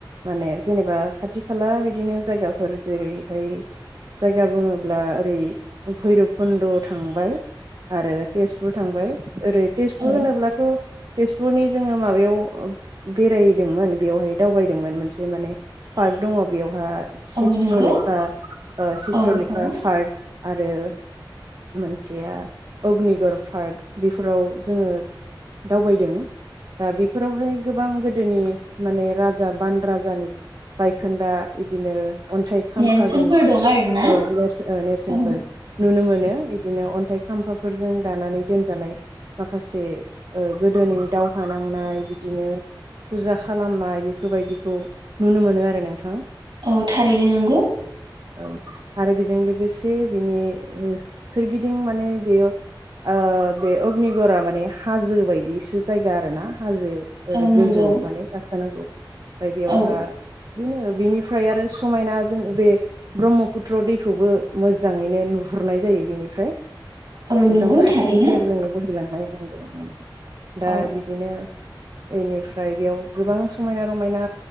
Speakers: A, on the right; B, on the right.
A: माने जेनेबा खाथि खाला बिदिनो जायगाफोर जेरै ओमफ्राय जायगा बुङोब्ला ओरै भैरब कुन्द' थांबाय आरो तेजपुर थांबाय ओरै तेजपुर
B: औ
A: होनोब्लाथ' तेजपुरनि जोङो माबायाव बेरायदोंमोन बेवहाय दावबायदोंमोन मोनसे माने पार्क दङ बेवहा चित्रले
B: औ नंगौ
A: खा ओ चित्रलेखा
B: औ औ
A: पार्क आरो मोनसेया अग्निगर पार्क बेफोराव जोङो दावबायदों दा बेफोरावहाय गोबां गोदोनि माने राजा बान राजानि बायखोन्दा बिदिनो खाम्फागों
B: नेरसोनफोर दं आरोना
A: औ नेरसो-नेरसोनफोर
B: औ
A: नुनो मोनो। बिदिनो अन्थाइ खाम्फाफोरजों दानानै दोनजानाय माखासे गोदोनि दावहा नांनाय बिदिनो फुजा खालामनाय बेफोरबायदिखौ नुनो मोनो आरो नोंथां।
B: औ थारैनो नंगौ।
A: औ आरो बेजों लोगोसे बिनि सोरगिदिं माने बेयो ओ बे अग्निगरा माने हाजो बायदिसो जायगा आरोना। हाजो ओरै
B: औ
A: गोजौ
B: नंगौ
A: माने गाखोनांगौ। ओमफ्राय बेयावहा
B: औ
A: बिदिनो बिनिफ्राय आरो समायना जोङो बे ब्रह्मपुत्र दैखौबो मोजाङैनो नुहुरनाय जायो बेनिफ्राय
B: औ
A: एकदम
B: नंगौ
A: खाथि
B: थारैनो
A: सेरजोंनो बोहैलांङो <unintelligible> दा
B: औ
A: बिदिनो बेनिफ्राय बेयाव गोबां समायना रमायना